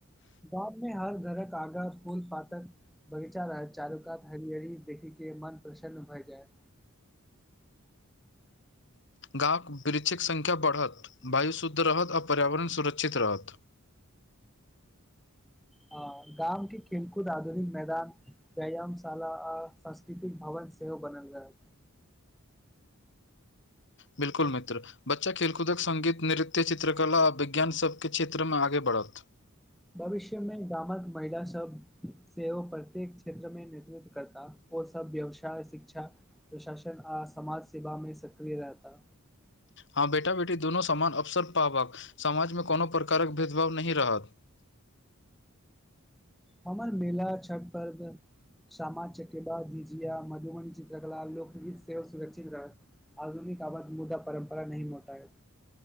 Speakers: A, in the centre; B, on the left.
A: गाँव मे हर घरक आगां फूल पातक बगीचा रह चारूकात हरियरी देखी के मन प्रसन्न भय जायत
B: गामवृक्षिक संख्या बढ़त वायु शुद्ध रहत आ पर्यावरण सुरक्षित रहत
A: हँ गामके केलकूद आधुनीक मैदान व्यायामशाला आ संस्कृतिक भवन सेहो बनल रहल
B: बिल्कुल मित्र बच्चा खेलकूदक संगीत निरित चित्रकला आ विज्ञान सबके क्षेत्र मे आगे बढ़त
A: भविश्य मे गामक महिला सब से ओ प्रत्येक क्षेत्र मे नेतृत्व करता ओ सब व्यवसाय शिक्षा प्रशासन आ समाज सेवा मे सक्रिय रहता
B: हँ बेटा बेटी दुनु समान अवसर पावक समाजमे कउनो प्रकारक भेदभाव नही रहत
A: हमर मेला छठ पर्व शामा चकेबा झिझिया मधुबनी चित्रकला लोकगीत सेहो सुरक्षित रहत। आधुनिक आबद मुद्दा परम्परा नहि मोटायत